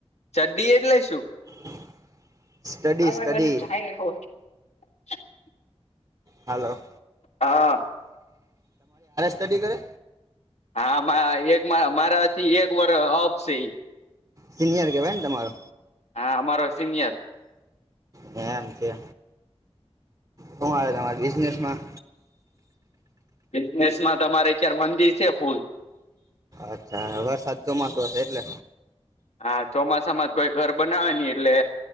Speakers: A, on the left; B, on the right.
A: ચડ્ડી એટલે શું?
B: <unintelligible>
A: <unintelligible>
B: સ્ટડી સ્ટડી હાલો
A: હા
B: તડીી કર
A: હામાં એકમાં મારાથી એક વર અપશે
B: સિનિયર કેહેવાય તમારો
A: હા અમારો સિનિયર
B: એમજ શું આવે તમારી બિઝનેસ માં
A: બિઝનેસ માં તમારેતાર મંદી છે ફૂલ
B: અચ્છા વરસાત ચોમાસું હશે એટલે
A: હા ચોમાસામાં જ કોઈ ઘર બનાવે નની એટલે